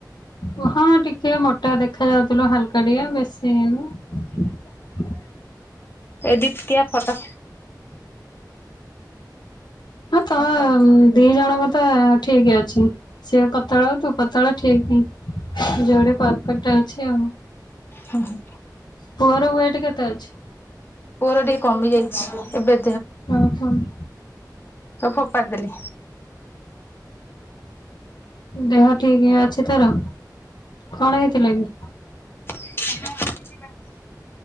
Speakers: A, on the left (about 80°); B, on the left (about 30°).
A: ଓ ହଁ ଟିକେ ମୋଟା ଦେ ଦେଖା ଯାଉଥିଲୁ ହାଲକା ଟିକେ ବେଶୀ ନୁହେଁ।
B: ଏଡିଟ୍ କିଆ ଫଟୋ।
A: ହଁ ତ
B: ଫଟୋ
A: ଦି ଜଣଙ୍କ ତ ଠିକ ଅଛି। ସିଏ ପତଳା ଆଉ ତୁ ପତଳା ଠିକ୍। ଯୋଡ଼ି ପରଫେକ୍ଟ ଅଛି ଆଉ।
B: ହଁ ହଁ।
A: ପୁଅର ୱେଟ କେତେ ଅଛି?
B: ପୁଅର ଟିକେ କମି ଯାଇଛି ଏବେ
A: ହଁ ହଁ।
B: ସବୁ ଫୋପାଡ଼ିଦେଲି।
A: ଦେହ ଠିକ ଅଛି ତାର। କଣ ହେଇଥିଲା କି?
B: <inaudible>